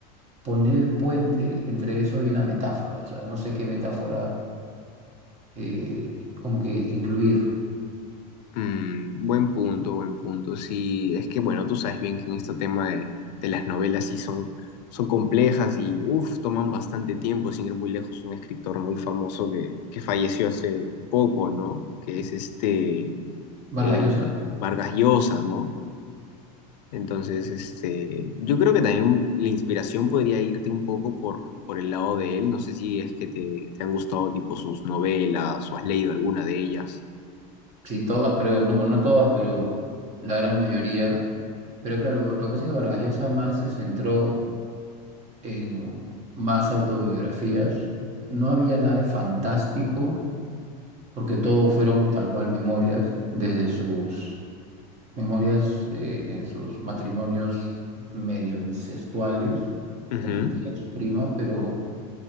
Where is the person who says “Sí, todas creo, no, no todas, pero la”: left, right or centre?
Right